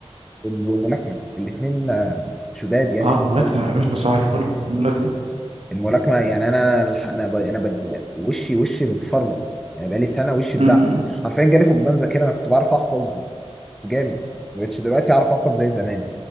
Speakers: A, in the centre; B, on the right.
A: والملاكمه الاثنين شداد يعني
B: اه
A: شداد
B: ملاكمه يا باشا صباح الفل ملاكمه
A: الملاكمه يعني انا انا ب... انا ب... وشي وشي متفرمط يعني بقالي سنه وشي اتدعم
B: أمم.
A: حرفيا جالي فقدان ذاكره انا كنت بعرف احفظ جامد ما بقتش دلوقتي اعرف احفظ زي زمان